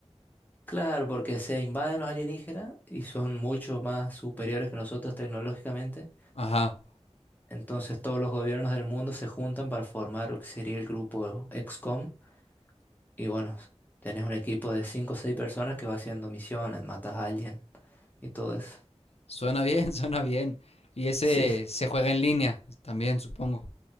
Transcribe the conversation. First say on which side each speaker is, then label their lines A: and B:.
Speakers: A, on the left (about 15°); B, on the left (about 65°).
A: Claro, porque se invaden los alienígenas y son mucho más superiores que nosotros tecnológicamente.
B: Ajá.
A: Entonces todos los gobiernos del mundo se juntan para formar lo que sería el grupo XCOM. Y bueno, tenés un equipo de 5 o 6 personas que va haciendo misiones, matas a alguien y todo eso.
B: Suena bien, <laughs> suena bien. Y ese
A: Sí.
B: se juega en línea también, supongo. O